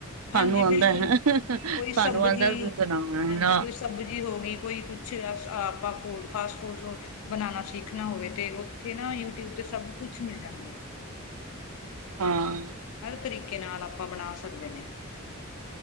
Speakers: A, on the left; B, on the right.
A: ਹਾਂਜੀ
B: ਸਾਨੂੰ ਆਂਦਾ-ਸਾਨੂੰ
A: ਬਿਲਕੁਲ ਕੋਈ ਸਬਜ਼ੀ
B: ਆਂਦਾ ਤੁਸੀਂ ਸੁਨਾਓ
A: ਹਾਂਜੀ
B: ਨਾ
A: ਕੋਈ ਸਬਜ਼ੀ ਹੋ ਗਈ, ਕੋਈ ਕੁਛ ਆ ਸ ਆਪਾਂ ਫੂਡ ਫਾਸਟ ਫੂਡ ਸ ਬਨਾਨਾ ਸਿੱਖਨਾ ਹੋਵੇ ਤੇ ਓਥੇ ਨਾ ਯੂਟਿਊਬ ਤੇ ਸਬ ਕੁਛ ਮਿਲ ਜਾਂਦਾ ਐ।
B: ਹਾਂ।
A: ਹਰ ਤਰੀਕੇ ਨਾਲ ਆਪਾਂ ਬਨਾ ਸਕਦੇ ਨੇ।